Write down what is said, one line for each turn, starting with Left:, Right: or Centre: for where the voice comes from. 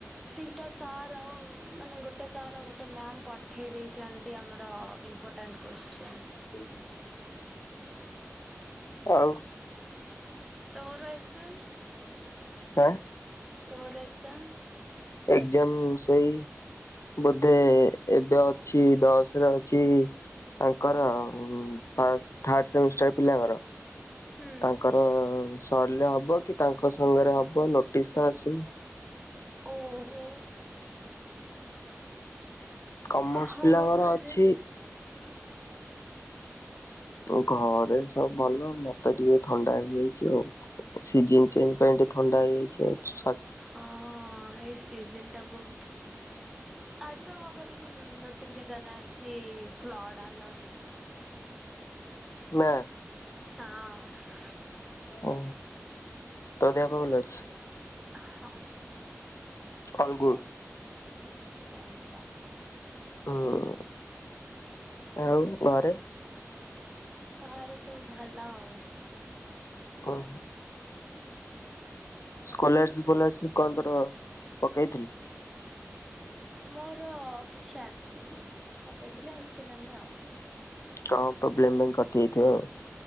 Centre: ଦିଟା ସାର୍ ଆଉ ମାନେ ଗୋଟେ- ଗୋଟେ ସାର୍ ଗୋଟେ ମ୍ୟାାମ ପଠେଇ ଦେଇଛନ୍ତି ଆମର ଇମ୍ପୋଟାଣ୍ଟ କୋଷ୍ଚିନ।।
Left: ବ <unintelligible> ଆଉ!
Centre: ତୋର ଏକ୍ଜାମ?
Left: ଆଁ!
Centre: ତୋର ଏକ୍ଜାମ?
Left: ଏକ୍ଜାମ ସେଇ- ବୋଧେ, ଏବେ ଅଛି ଦଶରେ ଅଛି- ତାଙ୍କର ଫାଷ୍ଟ, ଥାର୍ଡ ସେମିଷ୍ଟାର ପିଲାଙ୍କର-
Centre: ହୁଁ
Left: ତାଙ୍କର ସରିଲେ ହବ, କି ତାଙ୍କ ସାଙ୍ଗରେ ହବ, ନୋଟିସ ତ ଆସିନି।
Centre: ଓହୋ।
Left: କମର୍ସ
Centre: ହଉ
Left: ପିଲାଙ୍କର
Centre: ଘରେ
Left: ଅଛି। ତୋ ଘରେ ସବୁ ଭଲ। ମତେ ଟିକେ ଥଣ୍ଡା ହେଇଯାଇଛି ଆଉ। ସିଜନ୍ ଚେଞ୍ଜ ପାଇଁ ଟିକେ ଥଣ୍ଡା ହେଇଯାଇଛି ଆଉ।
Centre: ହଁ ଏଇ ସିଜନ ଟା ବହୁତ, ଆଜିିବା ମୁଁ କତି କିି ନୋଟିଭକେସନ ଆସିଛି ଫ୍ରଡ ଆଲର୍ଟ।
Left: ନା।
Centre: ହଁ।
Left: ଓୋ। ତୋ ଦେହ ପା ଭଲ ଅଛି।
Centre: ହଁ
Left: ଅଲ ଗୁଡ
Centre: ସେମତି, ସେମିତି ଆଉ।
Left: ହଁ। ଆଉ ଘରେ?
Centre: ଘରେ ସବୁ ଭଲ ଆଉ।
Left: ଓହୋ। ସ୍କଲାରସିପ୍, ଫଲାରସିପ୍ କଣ ତୋର ପକେଇଥିଲୁ?
Centre: ମୋର କିଛି ଆସିନି, ପକେଇଥିଲେି ଆସିଲାନି ଆଉ।
Left: କଣ ପ୍ରୋବ୍ଲେମ ପାଇଁ କଟିଯାଇଥିବ ଆଉ।